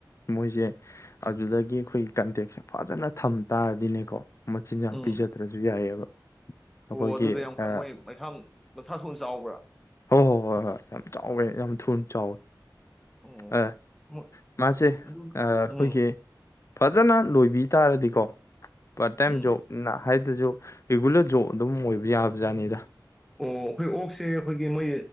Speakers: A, on the left; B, in the centre.
A: ꯃꯣꯏꯁꯦ ꯑꯗꯨꯗꯒꯤ ꯑꯩꯈꯣꯏꯒꯤ ꯀꯟꯇꯦꯛꯁꯦ ꯐꯖꯅ ꯊꯝ ꯇꯥꯔꯗꯤꯅꯦꯀꯣ ꯃꯆꯤꯟꯖꯥꯛ
B: ꯎꯝ
A: ꯄꯤꯖꯗ꯭ꯔꯁꯨ ꯌꯥꯏꯑꯕ ꯑꯩꯈꯣꯏꯒꯤ
B: ꯑꯣ ꯑꯗꯨꯗ ꯌꯥꯝ ꯀ
A: ꯑ
B: ꯃꯣꯏ ꯃꯩꯊꯥ ꯃꯊ ꯁ ꯆꯥꯎꯕ꯭ꯔꯥ?
A: ꯍꯣ ꯍꯣ ꯍꯣꯏ ꯍꯣꯏ ꯌꯥꯝ ꯆꯥꯎꯋꯦ ꯌꯥꯝ ꯊꯨꯅ ꯆꯥꯎꯋꯦ꯫
B: ꯑꯣ
A: ꯑ
B: ꯃꯣꯏ
A: ꯃꯥꯁꯦ
B: ꯑꯗꯨ
A: ꯑ ꯑꯩꯈꯣꯏꯒꯤ
B: ꯎꯝ
A: ꯐꯖꯅ ꯂꯣꯏꯕꯤ ꯇꯥꯔꯗꯤꯀꯣ ꯄꯥꯔꯠ ꯇꯥꯏꯝ
B: ꯎꯝ
A: ꯖꯣꯕ ꯅꯤꯅꯥ ꯍꯥꯏꯗꯖꯨ ꯔꯤꯒꯨꯂꯔ ꯖꯣꯕ ꯑꯗꯨꯝ ꯑꯣꯏꯕ ꯌꯥꯕꯖꯥꯠꯅꯤꯗ꯫
B: ꯑꯣ ꯑꯩꯈꯣꯏ ꯑꯣꯛꯁꯦ ꯑꯩꯈꯣꯏꯒꯤ ꯃꯣꯏ